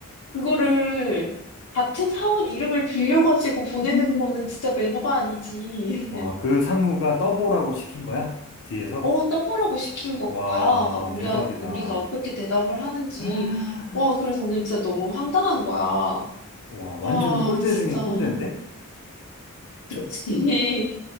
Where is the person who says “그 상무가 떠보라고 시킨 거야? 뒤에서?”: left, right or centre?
Left